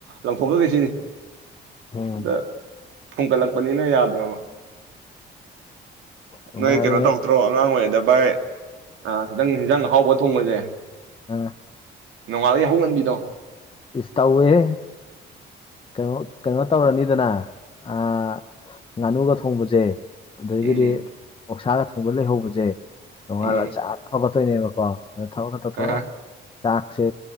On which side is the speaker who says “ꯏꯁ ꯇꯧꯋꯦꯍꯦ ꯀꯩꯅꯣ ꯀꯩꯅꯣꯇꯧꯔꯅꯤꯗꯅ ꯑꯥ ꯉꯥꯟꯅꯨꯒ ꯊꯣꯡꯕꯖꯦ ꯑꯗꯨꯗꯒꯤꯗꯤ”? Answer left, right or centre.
Left